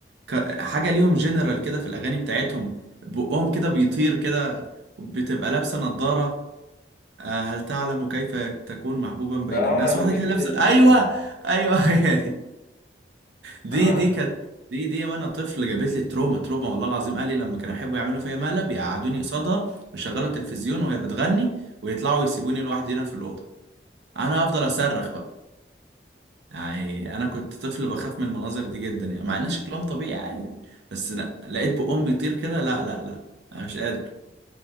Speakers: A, on the right (about 80°); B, on the left (about 50°).
A: ك... حاجة ليهم جنرال كده في الأغاني بتاعتهم بقهم كده بيطير كده بتبقى لابسة نظارة آه هل تعلم كيف تكون محبوبا بين
B: اه
A: الناس
B: البت
A: واحدة كده لابسة
B: ال
A: أيوه أيوه <laughs> هي دي دي
B: اه
A: دي كانت دي دي وأنا طفل جابت لي تروما تروما والله العظيم أهلي لما كانوا يحبوا يعملوا فيا مقلب يقعدوني قصادها ويشغلوا التلفزيون وهي بتغني ويطلعوا يسيبوني لوحدي هنا في الأوضة أنا أفضل أصرخ بقى يعني انا كنت طفل بخاف من المناظر دي جدا يعني مع ان شكلهم طبيعي عادي يعني. بس لا لقيت بقهم بيطير كده لا لا لا انا مش قادر